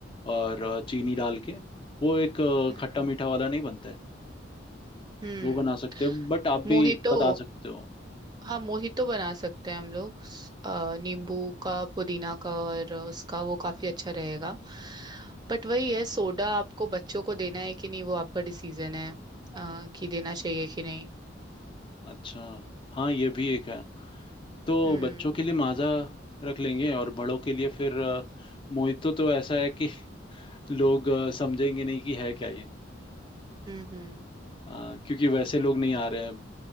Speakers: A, on the left; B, on the right.
A: और अ, चीनी डाल के वो एक अ,
B: हम्म
A: खट्टा मीठा वाला नहीं बनता है
B: हम्म
A: वो बना सकते हैं बट आप भी
B: मोहितो
A: बता सकते हो
B: हाँ मोहितो बना सकते हैं हम लोग स- अ, नींबू का पुदीना का और उसका वो काफी अच्छा रहेगा बट वही है सोडा आपको बच्चों को देना है कि नहीं वो आपका डिसीजन है अ, कि देना चाहिए कि नहीं
A: अच्छा हाँ ये भी एक है तो
B: हम्म
A: बच्चों के लिए माजा रख लेंगे और बड़ों के लिए फिर अ, मोहितो तो ऐसा है कि <laughs> लोग अ, समझेंगे नहीं कि है क्या ये
B: हम्म हम्म
A: अ, क्योंकि वैसे लोग नहीं आ रहे हैं